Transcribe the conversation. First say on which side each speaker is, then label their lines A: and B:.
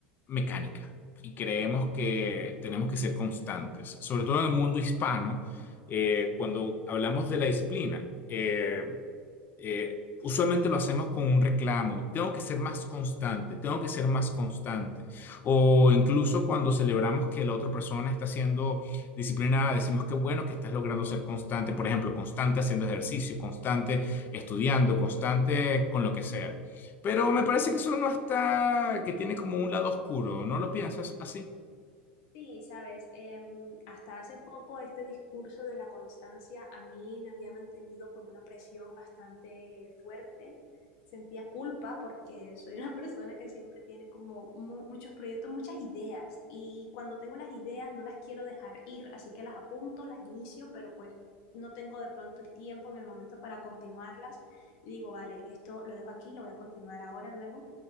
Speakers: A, on the left; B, on the left.
A: mecánica y creemos que tenemos que ser constantes, sobre todo en el mundo hispano, eh, cuando hablamos de la disciplina. eh, eh, usualmente lo hacemos con un reclamo. Tengo que ser más constante, tengo que ser más constante. O incluso cuando celebramos que la otra persona está siendo disciplinada, decimos que bueno que estás logrando ser constante. Por ejemplo, constante haciendo ejercicio, constante estudiando, constante con lo que sea. Pero me parece que eso no está, que tiene como un lado oscuro. ¿No lo piensas así?
B: Sí, sabes, Em, hasta hace poco este discurso de la constancia a mí me había mantenido con una presión bastante fuerte. Sentía culpa porque soy una <laughs> persona que siempre tiene como mu- muchos proyectos, muchas ideas y cuando tengo las ideas no las quiero dejar ir, así que las apunto, las inicio, pero pues no tengo de pronto el tiempo en el momento para continuarlas y digo, vale, esto lo dejo aquí, lo voy a continuar ahora, luego.